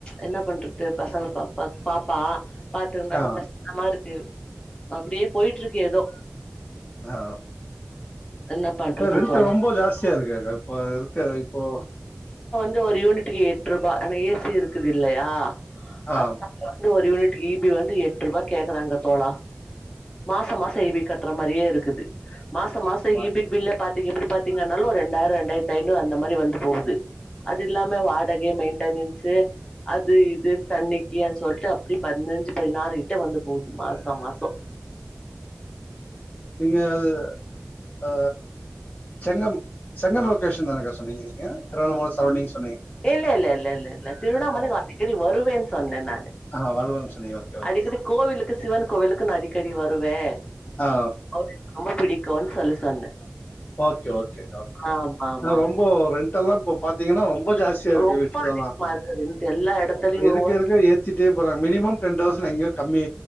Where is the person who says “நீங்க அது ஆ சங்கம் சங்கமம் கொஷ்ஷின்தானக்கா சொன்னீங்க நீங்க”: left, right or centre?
Left